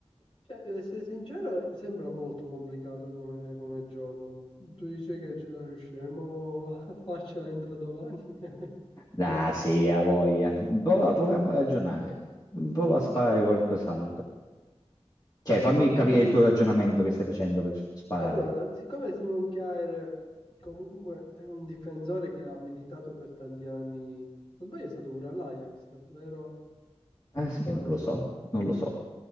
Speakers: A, on the left (about 50°); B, on the left (about 35°).
A: Cioè, ad essere sincero, sembra molto complicato come, come gioco. Tu dici che ce la riusciremo a farcela entro domani? <laughs>
B: Ah, sì, ha voglia. Prova- proviamo a ragionare. Prova
A: Ok.
B: a sparare qualcos'altro. Cioè,
A: No,
B: fammi capire il tuo ragionamento che stai facendo per sparare.
A: Allora, siccome Simon Kjaer comunque è un difensore che ha militato per tanti anni, non sbaglio è stato pure all'Ajax, vero?
B: Ah, sì
A: O
B: che non
A: no?
B: lo so, non lo so.